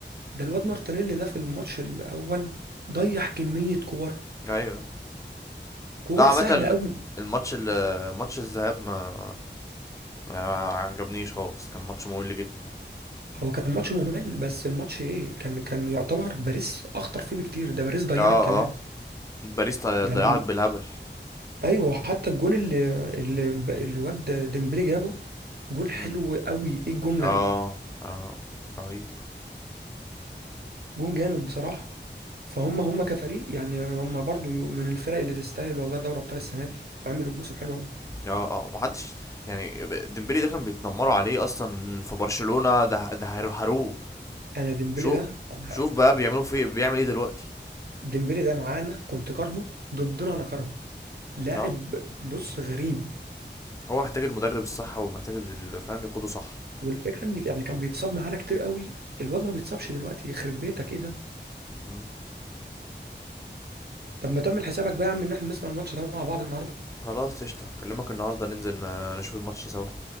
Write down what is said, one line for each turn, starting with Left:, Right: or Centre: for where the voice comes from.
Right: ده الواد مارتينيلي ده في الماتش الاول ضيع كمية كور
Left: ايوه
Right: كور
Left: لا عامه
Right: سهلة قوي
Left: الماتش ال- ماتش الذهاب ما يعني ما عجبنيش خالص كان ماتش ممل جدا
Right: هو كان ماتش ممل بس الماتش ايه كان كان يعتبر باريس اخطر فيه بكتير ده باريس ضيعت
Left: اه
Right: كمان
Left: اه باريس ضي-
Right: ده
Left: ضيعت
Right: يعني
Left: بالهبل
Right: ايوه حتى الجون اللي اللي الواد ديمبلي جابه جون حلو
Left: مم.
Right: قوي ايه الجملة
Left: اه
Right: دي
Left: اه رهيب
Right: جون جامد بصراحة فهم هم كفريق يعني هم برضو من الفرق اللي تستاهل والله دوري ابطال السنة دي عملوا موسم حلو قوي
Left: اه اه محدش يعني ب- ديمبلي ده كان بيتنمروا عليه اصلا في برشلونة ده ده هير- هروه
Right: انا ديمبلي
Left: شو
Right: ده أنا
Left: شوف بقى بيعملوا فيه بيعمل ايه دلوقتي
Right: ديمبلي ده معانا كنت كارهه ضدنا انا كارهه لاعب
Left: اه
Right: بص غريب
Left: هو محتاج المدرب الصح ومحتاج اللي فاهم يقوده صح
Right: والفكرة ان يعني كان بيتصاب معانا كتير قوي الواد ما بيتصابش دلوقتي يخرب بيتك ايه ده
Left: مم.
Right: طب ما تعمل حسابك بقى يا عم ان احنا نسمع الماتش ده مع بعض النهارده
Left: خلاص قشطة اكلمك النهاردة ننزل ن- نشوف الماتش سوا